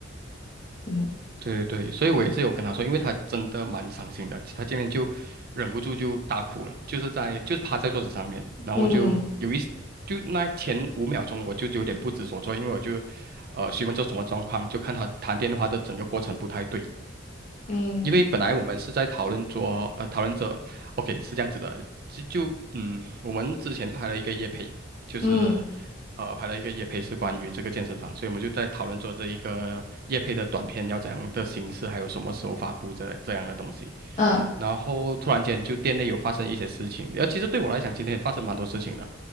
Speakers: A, on the left; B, on the right.
A: 嗯
B: 对对，所以我也是有跟他说，因为他真的蛮伤心的，他今天就忍不住就大哭了，就是在就是趴在桌子上面，然后我就有一就那前五秒钟我就有点不知所措，
A: 嗯
B: 因为我就呃询问这什么状况，就看他谈电话的整个过程不太对，
A: 嗯
B: 因为本来我们是在讨论桌呃讨论着，OK 是这样子的，就就嗯我们之前拍了一个夜配，就是。
A: 嗯
B: 呃拍了一个夜配，是关于这个健身房，所以我们就在讨论做这一个夜配的短片要怎样的形式，还有什么时候发布这这样的东西。
A: 嗯，
B: 然后突然间就店内有发生一些事情，然后其实对我来讲，今天也发生蛮多事情的，